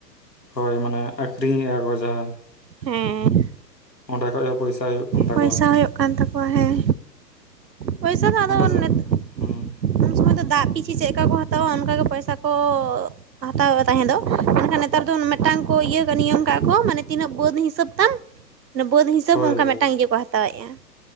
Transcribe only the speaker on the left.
ᱦᱳᱭ ᱢᱟᱱᱮ ᱟᱹᱠᱷᱨᱤᱧᱮᱫᱼᱟ ᱠᱚ ᱡᱟᱦᱟᱸ᱾
ᱚᱸᱰᱮ ᱠᱷᱚᱡ ᱦᱚᱸ ᱯᱚᱭᱥᱟ ᱦᱩᱭᱩᱜ ᱠᱟᱱ ᱛᱟᱠᱚᱣᱟ
ᱟᱞᱮ ᱥᱮᱫ
ᱢᱟ᱾ ᱦᱮᱸ
ᱦᱳᱭ
ᱦᱳᱭ